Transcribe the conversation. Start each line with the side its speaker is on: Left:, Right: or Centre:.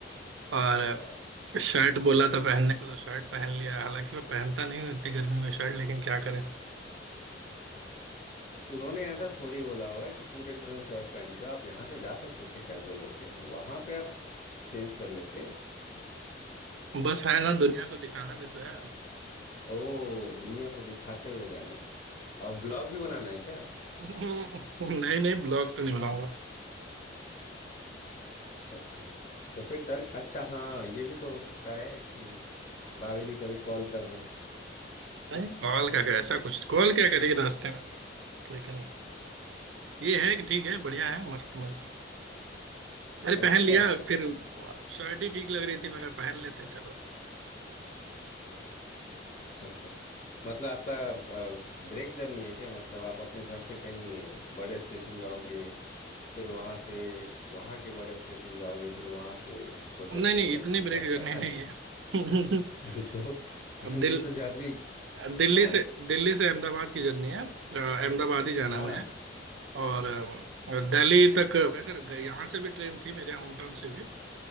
Right: और
Left: क्या बात
Right: शर्ट बोला था पहनने को तो शर्ट पहन लिया है। हालांकि मैं पहनता नहीं हूँ इतनी गर्मी में शर्ट लेकिन क्या करें
Left: उन्होंने ऐसा थोड़ी बोला होगा कि पूरे ट्रेन शर्ट पहन के आप यहाँ से जा सकते थे कैजुअल होके वहां पे आप चेंज कर लेते
Right: बस है ना दुनिया को दिखाना भी तो है
Left: ओ दुनिया को दिखाते हुए जाना है और ब्लॉग भी बनाना है क्या
Right: <laughs> नहीं नहीं ब्लॉग तो नहीं बनाऊंगा
Left: अच्छा अच्छा तो फिर डर अच्छा हाँ ये भी तो हो सकता है कि भाभी जी कभी कॉल कर दें ठीक
Right: नहीं कॉल का क्या ऐसा कुछ कॉल क्या करेगी रास्ते में लेकिन ये है कि ठीक है बढ़िया है मस्त मज अरे
Left: अच्छा
Right: पहन लिया फिर शर्ट ही ठीक लग रही थी मगर पहन लेते हैं चलो
Left: अच्छा अच्छा अच्छा मतलब आपका ब्रेक जर्नी है क्या मतलब आप अपने घर से कहीं अ, बड़े स्टेशन जाओगे फिर वहां से वहां के बड़े स्टेशन जाओगे फिर वहां से छोटे
Right: नहीं
Left: स्टेशन
Right: नहीं इतनी
Left: फिर घर
Right: ब्रेक जर्नी
Left: ऐसा
Right: नहीं
Left: है
Right: है <laughs>
Left: क्या <laughs> तो, तो
Right: अब दिल
Left: ये तो जर्नी
Right: दिल्ली
Left: हाँ
Right: से दिल्ली से अहमदाबाद की जर्नी है अ, अहमदाबाद ही जाना
Left: हाँ
Right: है मुझे और अ, दिल्ली तक वैसे ग- यहाँ से भी ट्रेन थी मेरे होम टाउन से भी